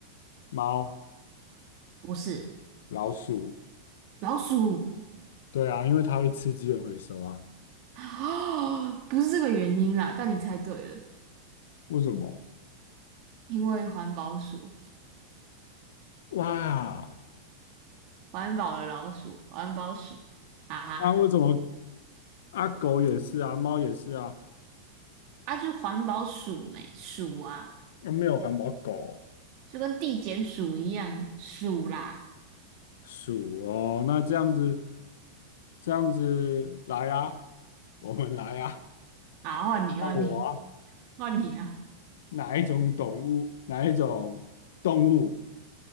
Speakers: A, on the left; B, on the right.
A: 猫、
B: 不是，
A: 老鼠。
B: 老鼠
A: 对啊，因为它会吃资源回收啊。
B: 啊，<gasps> 不是这个原因啦，但你猜对了，
A: 为什么？
B: 因为环保鼠，
A: 哇，
B: 环保的老鼠，环保鼠，哈哈，
A: 啊，为什么？啊，狗也是啊，猫也是啊，
B: 啊，就环保鼠没鼠啊，
A: 又没有环保狗哦。
B: 就跟地检鼠一样鼠啦，
A: 鼠哦，那这样子，这样子来啊，我们来啊，
B: 啊，换你换你
A: 看我啊，
B: <laughs> 换你啊，
A: 哪一种动物，哪一种动物